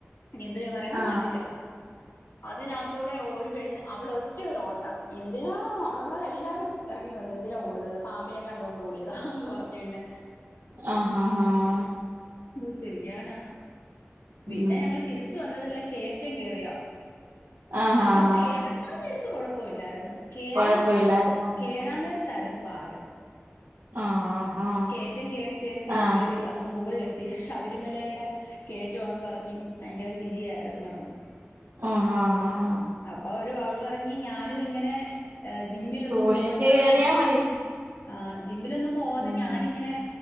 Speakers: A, on the left; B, on the right.
A: എന്ത്‌ പറയുന്ന
B: ആ
A: മതില. അതിനതൂടെ ഒരുപെണ്ണ് അവിളോറ്റരോട്ടം. എന്തിനാ അവിടെള്ളോരെല്ലാരും എറങ്ങിവന്ന്. എന്തിനാ ഓടുന്നത്. പാമ്പിനെ കണ്ടോണ്ട് ഓടിയതാ ന്ന് പറഞ്ഞു പിന്നെ.
B: ആഹ് ഹഹ ആഹ്
A: ന്ത്ചെയ്യാനാ. പിന്നെ
B: ഉം
A: ഞങ്ങള് തിരിച്ച് വന്നത് ല്ലേ കേറ്റംകേറിയാ.
B: ആ ആ
A: അങ്ങോട്ട്
B: ആ
A: എറങ്ങാൻ നേരത്ത് കൊഴപ്പല്ലാര്ന്നു. കേറാ
B: കൊഴപ്പമില്ലായിരുന്നോ
A: നേരത്ത് കേറാ റാ നേരത്താരുന്ന് പാട്.
B: ആ ആ ആ
A: കേറ്റം കേറി കേറി കേറി
B: ആ
A: കേറി. അങ്ങ് മുകളിലെത്തി. ശബരിമലടെ കേറ്റന്ന് പറഞ്ഞ് ഭയങ്കര ചിരിയാരുന്നു കിടന്ന്.
B: ആഹ് ആഹ് ആഹ്.
A: അപ്പൊ ഒരു അവള് പറഞ്ഞ്. ഞാനും ഇങ്ങനെ ജിമ്മിലൊന്നും
B: സൂക്ഷിച്ച്
A: പോണ്ട.
B: കേറിയാ മതി
A: ആഹ്. ജിമ്മിലൊന്നും പോവാതെ
B: ഉം
A: ഞാനിങ്ങനെ